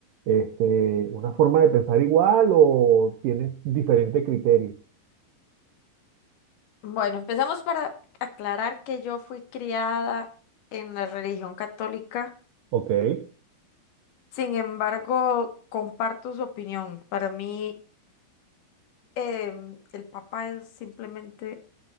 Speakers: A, on the right; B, on the left.
A: este, una forma de pensar igual o tienes diferente criterio.
B: Bueno, empezamos para aclarar que yo fui criada en la religión católica,
A: Ok. Eh,
B: sin embargo, comparto su opinión. Para mí, em, el Papa es simplemente